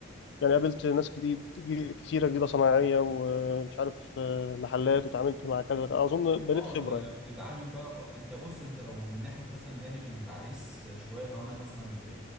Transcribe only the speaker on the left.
يعني قابلت ناس جديد جي- كتيره جديده صناعيه ومش عارف آه، محلات وتعاملت مع كذا اظن بنيت
خبره
يعني